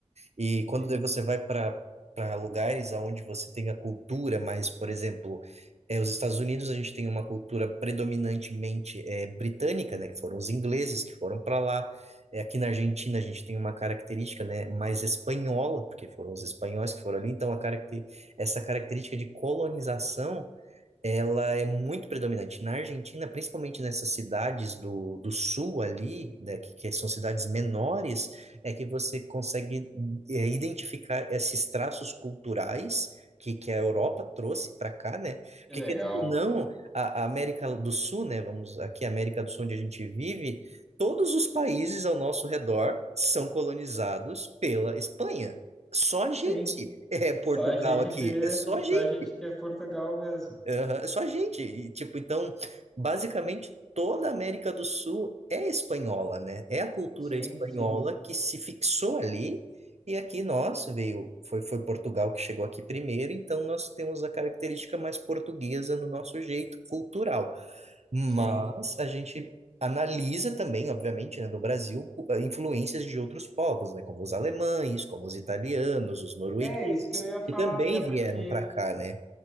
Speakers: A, on the right; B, in the centre.
A: E quando
B: sim.
A: daí você vai para para lugares aonde você tem a cultura, mas, por exemplo, é, os Estados Unidos, a gente tem uma cultura predominantemente é, britânica, né, que foram os ingleses que foram para lá. É, aqui na Argentina, a gente tem uma característica, né, mais espanhola, porque foram os espanhóis que foram ali. Então, a caracter essa característica de colonização ela é muito predominante. Na Argentina, principalmente nessas cidades do, do sul ali, né, que, que são cidades menores, é que você consegue é, identificar esses traços culturais que, que a Europa trouxe para cá, né?
B: Que
A: Porque,
B: legal.
A: querendo ou não, a, a América do Sul, né? Vamos aqui, a América do Sul, onde a gente vive, todos os países ao nosso redor são colonizados pela Espanha. Só a gente
B: Sim,
A: é Portugal
B: só a gente
A: aqui,
B: que,
A: é só
B: só
A: a gente.
B: a gente que é Portugal mesmo.
A: Aham, é só a gente. E, tipo, então, basicamente, toda a América do Sul é espanhola, né? É a cultura
B: Sim,
A: espanhola
B: sim,
A: que se fixou ali. E aqui nós veio, foi, foi Portugal que chegou aqui primeiro, então nós temos a característica mais portuguesa no nosso jeito cultural. Mas
B: sim.
A: a gente analisa também, obviamente, né, no Brasil, influências de outros povos, né? Como os alemães, como os italianos, os noruegueses,
B: É isso que eu ia falar
A: que também
B: até para
A: vieram
B: ti.
A: para cá, né?